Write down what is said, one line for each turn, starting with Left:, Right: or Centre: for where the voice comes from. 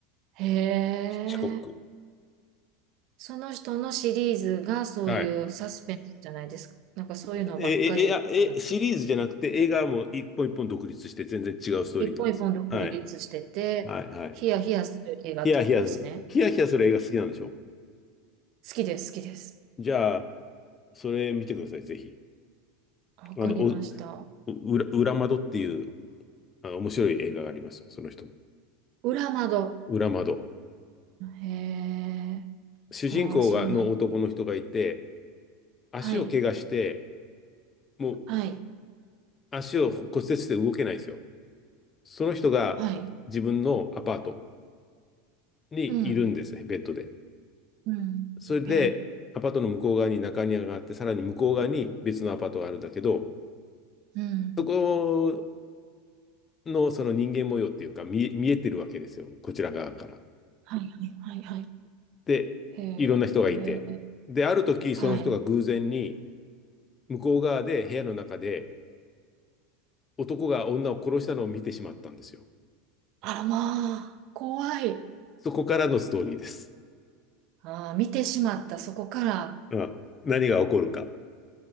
Right: へえ。
Left: ヒッチコック。
Right: その人のシリーズがそういうサスペンスじゃないですか。
Left: はい。
Right: なんかそういうのばっかり作る
Left: え、え、え、あえ、シリーズじゃなくて映画も一本一本独立して全然違うストーリーなんです。
Right: 一本一本独立してて、
Left: はい。はい、はい。
Right: ヒヤヒヤする映画ってことですね。
Left: ヒヤヒヤする、ヒヤヒヤする映画好きなんでしょ
Right: 好きです、好きです。
Left: じゃあ、それ見てください、ぜひ。
Right: わかりました。
Left: あの、お、裏、裏窓っていうあ面白い映画がありますよ、その人も。
Right: 裏窓。
Left: 裏窓。
Right: へえ。
Left: 主人公がの男の人がいて、
Right: ああ、そうなの。
Left: 足を怪我して、
Right: はい、
Left: もう
Right: はい、
Left: 足を骨折して動けないんですよ。その人が自分のアパート
Right: はい。
Left: にいるんですね、
Right: うん、
Left: ベッドで。
Right: うん。
Left: それで、
Right: へい、
Left: アパートの向こう側に中庭があって、さらに向こう側に別のアパートがあるんだけど、
Right: うん。
Left: そこのその人間模様っていうか見、見えてるわけですよ、こちら側から。
Right: はい、はい、はい、はい。
Left: で、
Right: へえ、
Left: いろんな人がいて。
Right: へー
Left: で、ある時、
Right: はい。
Left: その人が偶然に向こう側で部屋の中で男が女を殺したのを見てしまったんですよ。
Right: あらまあ、怖い。
Left: そこからのストーリーです。
Right: ああ、見てしまった、そこから。
Left: うん、何が起こるか。